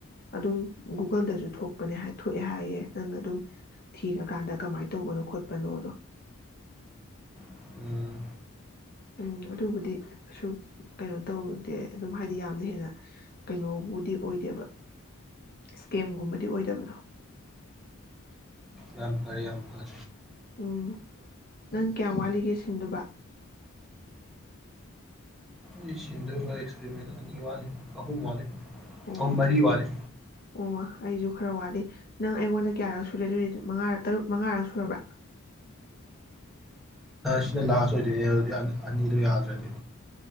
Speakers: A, on the left; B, in the centre.
A: ꯑꯗꯨꯝ ꯒꯨꯒꯜꯗꯁꯨ ꯊꯣꯛꯄꯅꯦ ꯊꯣꯛꯑꯦ ꯍꯥꯏꯌꯦꯦ ꯅꯪꯅ ꯑꯗꯨꯝ ꯊꯤꯔꯀꯥꯟꯗ ꯀꯃꯥꯏꯅ ꯇꯧꯕꯅꯣ ꯈꯣꯠꯄꯅꯣꯗꯣ
B: ꯎꯝ
A: ꯎꯝ ꯑꯗꯨꯕꯨꯗꯤ ꯀꯁꯨ ꯀꯩꯅꯣ ꯇꯧꯗꯦ ꯑꯗꯨꯝ ꯍꯥꯏꯗꯤ ꯌꯥꯝꯅ ꯍꯦꯟꯅ ꯀꯩꯅꯣꯕꯨꯗꯤ ꯑꯣꯏꯗꯦꯕ ꯏꯁꯀꯦꯝꯒꯨꯝꯕꯗꯤ ꯑꯣꯏꯗꯕꯗꯣ
B: ꯌꯥꯝ ꯐꯔ ꯌꯥꯝ ꯐꯔ
A: ꯎꯝ ꯅꯪ ꯀꯌꯥꯝ ꯋꯥꯠꯂꯤꯒꯦ ꯁꯤꯟꯗꯨꯕ
B: ꯑꯩ ꯁꯤꯟꯗ ꯑꯦꯛꯁꯄꯦꯔꯤꯃꯦꯟꯁ ꯑꯅꯤ ꯋꯥꯠꯂꯦ ꯑꯍꯨꯝ ꯋꯥꯠꯂꯦ
A: ꯑꯣ
B: ꯎ ꯃꯔꯤ ꯋꯥꯦ
A: ꯑꯣ ꯑꯩꯁꯨ ꯈꯔ ꯋꯥꯠꯂꯤ ꯅꯪ ꯑꯩꯉꯣꯟꯗ ꯀꯌꯥꯔꯛ ꯁꯨꯔꯦ ꯑꯗꯨꯗꯤ ꯃꯉꯥꯔꯛ ꯇꯔꯨꯛ ꯃꯉꯥꯔꯛ ꯁꯨꯔꯕ꯭ꯔꯥ
B: ꯁꯤꯅ ꯂꯥꯁ ꯑꯣꯏꯗꯣꯏꯅꯦ ꯑꯗꯨꯗꯤ ꯑꯅꯤꯗꯣ ꯌꯥꯗ꯭ꯔꯗꯤ